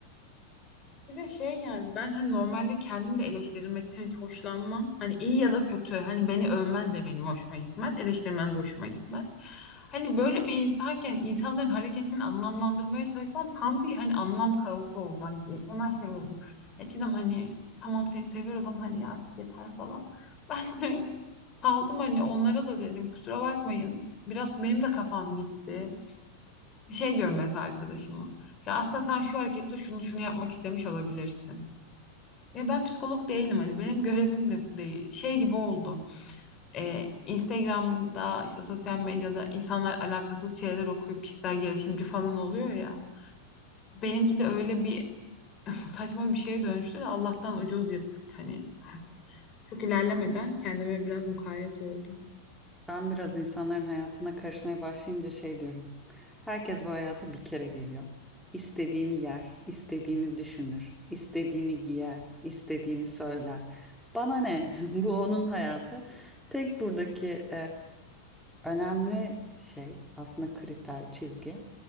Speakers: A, on the left (about 30°); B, in the centre.
A: Bir de şey yani ben hani normalde kendim de eleştirilmekten hiç hoşlanmam. Hani iyi ya da kötü hani beni övmen de benim hoşuma gitmez, eleştirmen de hoşuma gitmez. Hani böyle bir insanken insanların hareketini anlamlandırmaya çalışmam tam bir hani anlam kaosu oldu. Hani insanlar şey oldu. Eskiden hani tamam seni seviyoruz ama hani ya artık yeter falan. <laughs> Ben de saldım hani onlara da dedim kusura bakmayın. Biraz benim de kafam gitti. Şey diyorum mesela arkadaşıma. Ya aslında sen şu harekette şunu şunu yapmak istemiş olabilirsin. Ya ben psikolog değilim hani benim görevim de bu değil. Şey gibi oldu. Ee, Instagram'da işte sosyal medyada insanlar alakasız şeyler okuyup kişisel gelişimci falan oluyor ya. Benimki de öyle bir <laughs> saçma bir şeye dönüştü de Allah'tan ucuz yırttık hani. Çok ilerlemeden kendime biraz mukayyet oldum.
B: Ben biraz insanların hayatına karışmaya başlayınca şey diyorum. Herkes bu hayata bir kere geliyor. İstediğini yer, istediğini düşünür, istediğini giyer, istediğini söyler. Bana ne? <laughs> Bu onun hayatı. Tek buradaki önemli şey aslında kriter, çizgi.